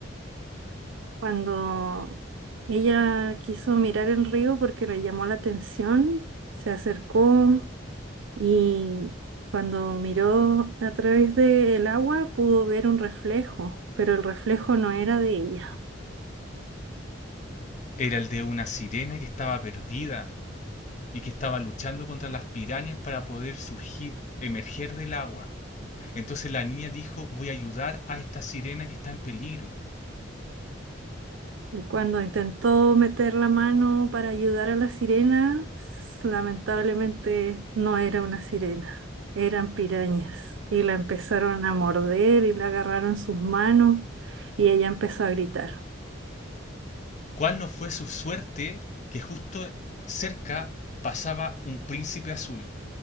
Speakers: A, on the right; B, on the left.
A: Cuando ella quiso mirar el río porque le llamó la atención, se acercó y cuando miró a través del agua pudo ver un reflejo, pero el reflejo no era de ella.
B: era el de una sirena que estaba perdida y que estaba luchando contra las pirañas para poder surgir, emerger del agua. Entonces la niña dijo, voy a ayudar a esta sirena que está en peligro.
A: Y cuando intentó meter la mano para ayudar a la sirena, s- lamentablemente no era una sirena, eran pirañas. Y la empezaron a morder y la agarraron sus manos y ella empezó a gritar.
B: ¿Cuál no fue su suerte que justo cerca pasaba un príncipe azul?